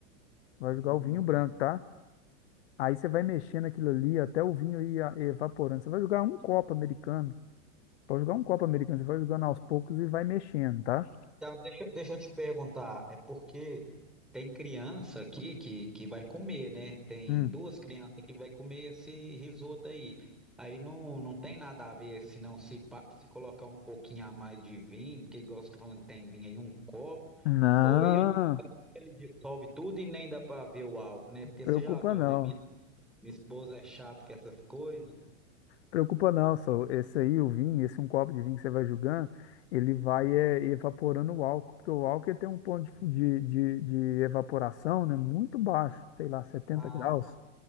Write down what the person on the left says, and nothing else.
Vai
julgar o vinho branco, tá? Aí você vai mexendo aquilo ali até o vinho ir a- evaporando. Você vai jogar um copo americano. Pode jogar um copo americano, você vai jogando aos poucos e vai mexendo, tá?
Hum.
Não,
preocupa
não.
Preocupa não, só esse aí, o vinho, esse um copo de vinho que você vai julgando, ele vai é, evaporando o álcool, porque o álcool ele tem um ponto de, fu- de, de, de evaporação, né, muito baixo, sei lá, setenta
graus.